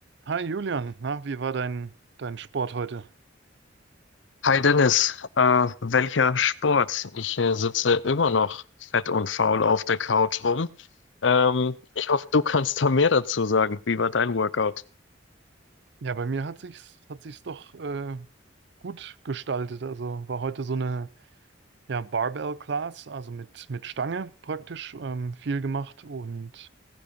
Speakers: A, on the right; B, on the left.
A: Hi Julian, na, wie war dein, dein Sport heute?
B: Hi Dennis, äh, welcher Sport? Ich äh, sitze immer noch fett und faul auf der Couch rum. Ähm, ich hoffe, du kannst da mehr dazu sagen. Wie war dein Workout?
A: Ja, bei mir hat sich's, hat sich's doch äh, gut gestaltet. Also war heute so eine ja, Barbell-Class, also mit, mit Stange praktisch, ähm, viel gemacht und